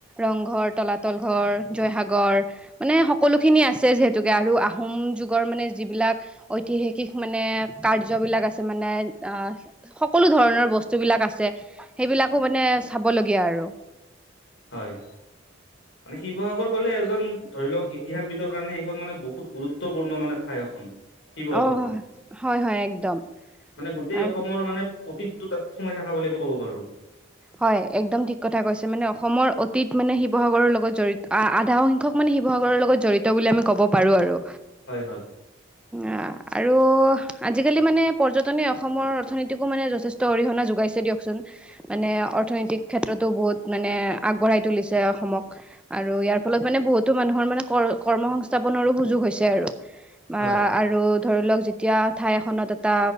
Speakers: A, in the centre; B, on the left.
A: ৰংঘৰ, তলাতল ঘৰ, জয়সাগৰ মানে সকলো খিনি আছে যিহেতুকে আৰু আহোম যুগৰ মানে যিবিলাক ঐতিহাসিক মানে কাৰ্যবিলাক আছে মানে অ, সকলো ধৰণ ণৰ বস্তু বিলাক আছে সেইবিলাকো মানে চাবলগীয়া আৰু।
B: হয়। মানে শিৱসাগৰ গলে এজন ধৰি লওক ইতিহাসবিদৰ কাৰণে সেইখন মানে বহুত গুৰুত্বপূৰ্ণ মানে ঠাই শিৱসাগৰখন
A: অ হয় হয় একদম
B: মানে গোটেই
A: আৰু
B: অসমৰ মানে অতীত তো তাত সোমাই থাকা বুলিটো ক'ব পাৰো
A: হয় একদম ঠিক কথা কৈছে মানে অসমৰ অতীত মানে শিৱসাগৰৰ লগত জড়িত আধা সংখ্যক মানে শিৱসাগৰৰ লগত জড়িত বুলি আমি ক'ব পাৰো আৰু
B: হয় হয়
A: অ আৰু আজিকালি মানে পৰ্যটনে অসমৰ অৰ্থনীতিকো মানে যথেষ্ট অৰিহণা যোগাইছে দিয়কচোন মানে অৰ্থনৈতিক ক্ষেত্ৰতো বহুত মানে আগবঢ়াই তুলিছে অসমক আৰু ইয়াৰ ফলত মানে বহুতো মানুহৰ মানে কৰ কৰ্ম সংস্থাপনৰো সুযোগ হৈছে আৰু বা
B: হয়
A: আৰু ধৰি লওক যেতিয়া ঠাই এখনত এটা